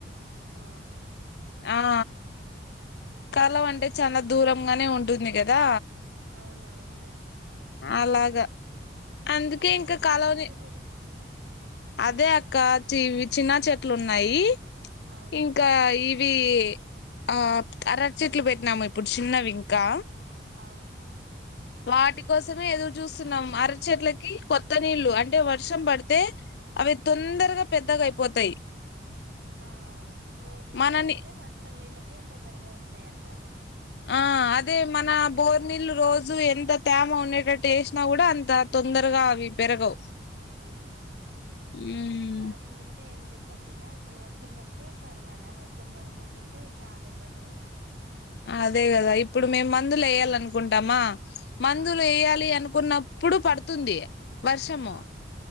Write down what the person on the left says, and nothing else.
ఆ కాలవ అంటే చాలా దూరంగానే ఉంటుంది కదా
అలాగా అందుకే
ఇంకా
కాలవని
అదే అక్క చీవి చిన్న చెట్లు ఉన్నాయి
ఇంకా ఇవి ఆ అరటీ చెట్లు పెట్టినాము ఇప్పుడు చిన్నవి ఇంకా
వాటి కోసమే ఎదురు చూస్తున్నాం అరటిచట్లకి కొత్త నీళ్లు అంటే వర్షం పడితే అవి తొన్ తొందరగా పెద్దగా అయిపోతాయి
మనని
ఆ అదే మన బోర్నీళ్లు రోజు ఎంత తేమ ఉండేటట్టు వేసినా కూడా అంత తొందరగా అవి పెరగవు
ఉమ్
అదే కదా ఇప్పుడు మేము మందులు వేయ్యాలి అనుకుంటామా మందులు
వేయ్యాలి అనుకున్న ఇప్పుడు పడుతుంది వర్షము